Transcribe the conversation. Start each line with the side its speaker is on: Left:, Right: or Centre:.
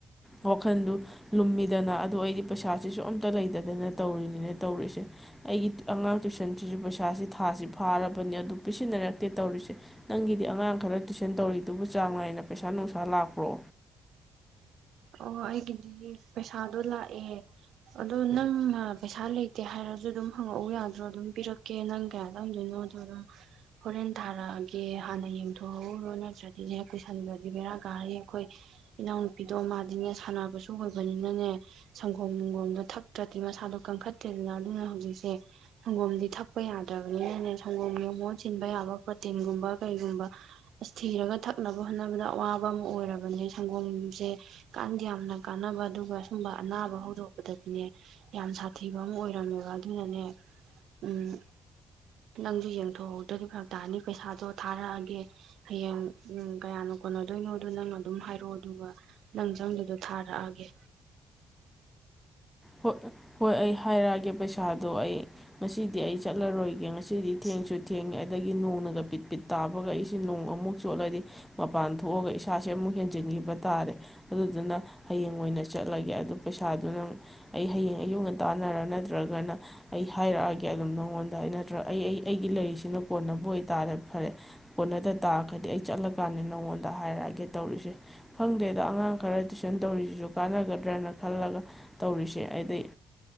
Centre: ꯋꯥꯈꯟꯗꯨ ꯂꯨꯝꯃꯤꯗꯅ ꯑꯗꯨ ꯑꯩꯗꯤ ꯄꯩꯁꯥꯁꯤꯁꯨ ꯑꯝꯇ ꯂꯩꯇꯗꯅ ꯇꯧꯔꯤꯅꯤꯅ ꯇꯧꯔꯤꯁꯦ ꯑꯩꯒꯤ ꯑꯉꯥꯡ ꯇꯨꯏꯁꯟꯁꯤꯁꯨ ꯄꯩꯁꯥꯁꯤ ꯊꯥꯁꯤ ꯐꯥꯔꯕꯅꯤ ꯑꯗꯨ ꯄꯤꯁꯤꯟꯅꯔꯛꯇꯦ ꯇꯧꯔꯤꯁꯦ ꯅꯪꯒꯤꯗꯤ ꯑꯉꯥꯡ ꯈꯔ ꯇꯨꯏꯁꯟ ꯇꯧꯔꯤ ꯑꯗꯨꯕꯨ ꯆꯥꯡ ꯅꯥꯏꯅ ꯄꯩꯁꯥ ꯅꯨꯡꯁꯥ ꯂꯥꯛꯄ꯭ꯔꯣ
Right: ꯑꯣ ꯑꯩꯒꯤꯗꯤ ꯄꯩꯁꯥꯗꯣ ꯂꯥꯛꯑꯦ ꯑꯗꯣ ꯅꯪꯅ ꯄꯩꯁꯥ ꯂꯩꯇꯦ ꯍꯥꯏꯔꯁꯨ ꯑꯗꯨꯝ ꯍꯪꯉꯛꯎ ꯌꯥꯗ꯭ꯔꯣ ꯑꯗꯨꯝ ꯄꯤꯔꯛꯀꯦ ꯅꯪ ꯀꯌꯥ ꯇꯝꯗꯣꯏꯅꯣ ꯑꯗꯣ ꯑꯗꯨꯝ ꯍꯣꯔꯦꯟ ꯊꯥꯔꯛꯑꯒꯦ ꯍꯥꯟꯅ ꯌꯦꯡꯊꯣꯛꯎꯔꯣ ꯅꯠꯇ꯭ꯔꯗꯤꯅꯦ ꯀꯨꯏꯁꯟꯕꯗꯤ ꯕꯦꯔꯥ ꯀꯥꯔꯤ ꯑꯩꯈꯣꯏ ꯏꯅꯥꯎꯅꯨꯄꯤ ꯑꯗꯣ ꯃꯥꯗꯤꯅꯦ ꯁꯥꯟꯅꯕꯁꯨ ꯑꯣꯏꯕꯅꯤꯅꯅꯦ ꯁꯪꯒꯣꯝ ꯁꯪꯒꯣꯝꯗꯣ ꯊꯛꯇ꯭ꯔꯗꯤ ꯃꯁꯥꯗꯣ ꯀꯟꯈꯠꯇꯦꯗꯅ ꯑꯗꯨꯅ ꯍꯧꯖꯤꯛꯁꯦ ꯁꯪꯒꯣꯝꯗꯤ ꯊꯛꯄ ꯌꯥꯗ꯭ꯔꯕꯅꯤꯅꯅꯦ ꯁꯪꯒꯣꯝꯒꯤ ꯃꯣꯣꯟ ꯆꯤꯟꯕ ꯌꯥꯕ ꯄ꯭ꯔꯣꯇꯤꯟꯒꯨꯝꯕ ꯀꯩꯒꯨꯝꯕ ꯑꯁ ꯊꯤꯔꯒ ꯊꯛꯅꯕ ꯍꯣꯠꯅꯕꯗ ꯑꯋꯥꯕ ꯑꯃ ꯑꯣꯏꯔꯕꯅꯦ ꯁꯪꯒꯣꯝꯁꯦ ꯀ ꯌꯥꯝꯅ ꯀꯥꯟꯅꯕ ꯑꯗꯨꯒ ꯁꯨꯝꯕ ꯑꯅꯥꯕ ꯍꯧꯗꯣꯛꯄꯗꯗꯤꯅꯦ ꯌꯥꯝ ꯁꯥꯊꯤꯕ ꯑꯃ ꯑꯣꯏꯔꯝꯃꯦꯕ ꯑꯗꯨꯅꯅꯦ ꯎꯝ ꯅꯪꯁꯨ ꯌꯦꯡꯊꯣꯛꯍꯧꯗ꯭ꯔꯗꯤ ꯐꯔꯛ ꯇꯥꯅꯤ ꯄꯩꯁꯥꯗꯣ ꯊꯥꯔꯛꯑꯒꯦ ꯍꯌꯦꯡ ꯎ ꯀꯌꯥꯅ ꯀꯣꯟꯅꯗꯣꯏꯅꯣꯗꯣ ꯅꯪ ꯑꯗꯨꯝ ꯍꯥꯏꯔꯛꯑꯣ ꯑꯗꯨꯒ ꯂꯪꯖꯪꯗꯨꯗꯣ ꯊꯥꯔꯛꯑꯒꯦ
Centre: ꯍꯣꯏ ꯍꯣꯏ ꯑꯩ ꯍꯥꯏꯔꯛꯑꯒꯦ ꯄꯩꯁꯥꯗꯣ ꯑꯩ ꯉꯁꯤꯗꯤ ꯑꯩ ꯆꯠꯂꯔꯣꯏꯒꯦ ꯉꯁꯤꯗꯤ ꯊꯦꯡꯁꯨ ꯊꯦꯡꯉꯦ ꯑꯗꯒꯤ ꯅꯣꯡꯅꯒ ꯄꯤꯠ ꯄꯤꯠ ꯇꯥꯕꯒ ꯑꯩꯁꯤꯦ ꯅꯣꯡ ꯑꯃꯨꯛ ꯆꯣꯠꯂꯗꯤ ꯃꯄꯥꯟ ꯊꯣꯛꯑꯒ ꯏꯁꯥꯁꯦ ꯑꯃꯨꯛ ꯍꯦꯟꯖꯤꯟꯈꯤꯕ ꯇꯥꯔꯦ ꯑꯗꯨꯗꯨꯅ ꯍꯌꯦꯡ ꯑꯣꯏꯅ ꯆꯠꯂꯒꯦ ꯑꯗꯨ ꯄꯩꯁꯥꯗꯨ ꯅꯪ ꯑꯩ ꯍꯌꯦꯡ ꯑꯌꯨꯛꯒ ꯇꯥꯟꯅꯔ ꯅꯠꯇ꯭ꯔꯒꯅ ꯑꯩ ꯍꯥꯏꯔꯛꯑꯒꯦ ꯑꯗꯨꯝ ꯅꯉꯣꯟꯗ ꯑꯩ ꯅꯠꯇ꯭ꯔꯒ ꯑꯩ ꯑꯩ ꯑꯩꯒꯤ ꯂꯩꯔꯤꯁꯤꯅ ꯀꯣꯟꯅꯕꯨ ꯑꯣꯏꯇꯥꯥꯔꯦ ꯐꯔꯦ ꯀꯣꯟꯅꯗ ꯇꯥꯔꯒꯗꯤ ꯑꯩ ꯆꯠꯂꯀꯥꯟꯗ ꯅꯉꯣꯟꯗ ꯍꯥꯏꯔꯛꯑꯒꯦ ꯇꯧꯔꯤꯁꯦ ꯈꯪꯗꯦꯗ ꯑꯉꯥꯡ ꯈꯔ ꯇꯨꯏꯁꯟ ꯇꯧꯔꯤꯁꯤꯁꯨ ꯀꯥꯟꯅꯒꯗ꯭ꯔꯅ ꯈꯜꯂꯒ ꯇꯧꯔꯤꯁꯦ ꯑꯗꯩ